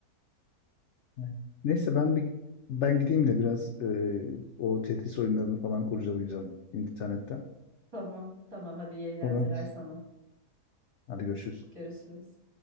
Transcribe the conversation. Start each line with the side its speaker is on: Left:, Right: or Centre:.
Left: aynen. Neyse ben bir ben gideyim de biraz e, o Tetris oyunlarını falan kurcalayacağım internetten.
Right: Tamam, tamam hadi iyi eğlenceler
Left: Sonra
Right: sana.
Left: hadi görüşürüz.
Right: Görüşürüz.